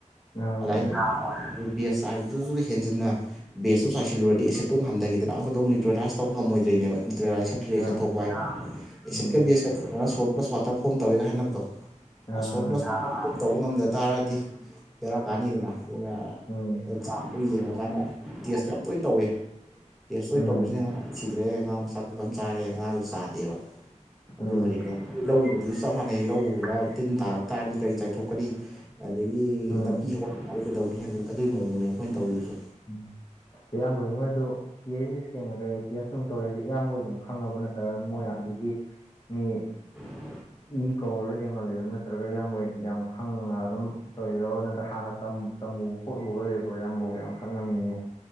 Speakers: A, on the left; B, in the centre.
A: ꯑꯥ ꯑꯣꯏꯔꯦ
B: <unintelligible> ꯕꯦꯁ ꯍꯥꯏꯕꯗꯨꯁꯨ ꯍꯦꯟꯖꯤꯟꯅ ꯕꯦꯁꯇ ꯆꯥꯏꯜꯂꯨꯔꯗꯤ ꯑꯦꯁꯤꯠꯇꯨ ꯍꯟꯊꯈꯤꯗꯅ ꯑꯃꯗꯧ ꯅ꯭ꯌꯇ꯭ꯔꯦꯥꯏ ꯇꯧ ꯉꯝꯃꯗꯣꯏꯅꯦꯕ꯭ꯌꯇꯦꯂꯥꯏꯁ ꯫ <unintelligible>
A: ꯑꯥ
B: ꯈꯟꯊꯣꯛꯄ ꯍꯥꯏ ꯑꯦꯁꯤꯠꯀ
A: ꯎꯝ
B: ꯕꯦꯁꯀꯒ ꯁꯣꯜ ꯄ꯭ꯂꯁ ꯋꯥꯇꯔ ꯐꯣꯝ ꯇꯧꯔꯦꯒ ꯍꯥꯏꯅꯕꯗꯣ꯫
A: ꯑꯥ
B: ꯁꯣꯔꯠ ꯄ꯭ꯂꯁ ꯇꯧꯕ ꯉꯝꯗ ꯇꯥꯔꯒꯗꯤ ꯄꯦꯔꯥ ꯀꯥꯅꯤꯗꯅ ꯑꯗꯨ
A: ꯎꯝ
B: ꯆꯥꯠꯇꯨ ꯌꯦꯡꯉꯨꯔꯀꯥꯟꯗ ꯇꯦꯁꯇꯣ ꯌꯥꯝ ꯇꯣꯏꯅ ꯇꯧꯋꯦ ꯇꯦꯁ ꯇꯣꯏꯅ
A: ꯎꯝ
B: ꯇꯧꯕꯁꯤꯅ <unintelligible> ꯆꯥꯔꯦ ꯉꯥꯗꯨ ꯆꯥꯗꯦꯕ
A: ꯎꯝ
B: ꯑꯗꯨꯕꯨꯗꯤꯅꯦ ꯂꯧ ꯎꯕꯗꯨꯁꯨ ꯆꯞ ꯃꯥꯟꯅꯩ ꯂꯧ ꯎꯕꯗ ꯇꯤꯟ ꯇꯥꯔꯛ ꯇꯥꯔꯗꯤ ꯀꯔꯤ ꯆꯥꯏꯊꯣꯛꯀꯅꯤ ꯑꯗꯒꯤ
A: ꯎꯝ
B: ꯅꯄꯤ ꯀꯩꯗꯧꯅꯤ ꯍ ꯑꯗꯨꯒꯤ ꯃꯑꯣꯡꯅꯦ ꯑꯩꯈꯣꯏꯅ ꯇꯧꯔꯤꯕꯁꯨ꯫
A: ꯎꯝ ꯏꯌꯥꯝꯕ ꯃꯣꯏ ꯑꯗꯨ ꯇꯤ ꯑꯩ ꯏꯁꯀꯒ ꯀꯩ ꯇꯁ ꯇꯧꯋꯦ ꯍꯥꯏꯁꯦ ꯑꯌꯥꯝꯕ ꯑꯗꯨꯝ ꯈꯪꯉꯕ ꯅꯠꯇꯔꯒ ꯃꯣꯏ ꯑꯗꯨꯗꯒꯤ ꯃꯤ
B: <unintelligible>
A: ꯏ ꯀꯧꯔꯒ ꯌꯦꯡꯍꯜꯂꯤꯔꯣ ꯅꯠꯇ꯭ꯔꯒ ꯏꯌꯥꯝꯕ ꯌꯥꯝ ꯈꯪꯉ ꯑꯗꯨꯝ ꯇꯧꯔꯤꯔꯣ ꯅꯠꯇ꯭ꯔꯒ ꯍꯥꯟꯅ ꯇꯝ ꯇꯝꯃꯨꯕ ꯈꯣꯠꯂꯨꯕꯒ ꯂꯩꯕ꯭ꯔꯣ ꯏꯌꯥꯝꯕꯕꯨ ꯌꯥꯝ ꯈꯛꯉꯝꯃꯤꯅꯦ꯫